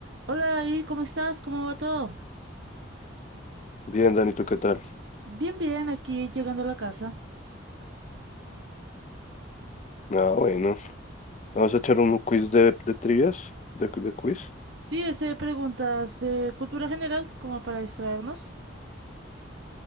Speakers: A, on the right; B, on the left.
A: Hola David, ¿cómo estás? ¿Cómo va todo?
B: Bien, Dani, ¿tú ¿qué tal?
A: Bien, bien, aquí llegando a la casa.
B: Ah, bueno. Vamos a echar un quiz de, de trivias, de, de quiz.
A: Sí, ese preguntas de cultura general, como para distraernos.